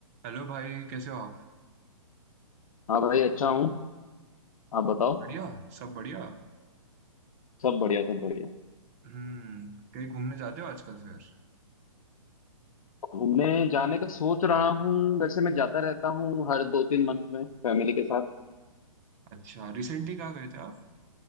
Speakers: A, on the right; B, on the left.
A: Hello भाई कैसे हो आप
B: हाँ भाई अच्छा हूँ आप बताओ
A: बढ़िया सब बढ़िया
B: सब बढ़िया सब बढ़िया
A: हम्म कहीं घूमने जाते हो आजकल फिर
B: घूमने जाने का सोच रहा हूँ वैसे मैं जाता रहता हूँ हर दो तीन मंथ में फैमिली के साथ
A: अच्छा रिसेंटली कहाँ गए थे आप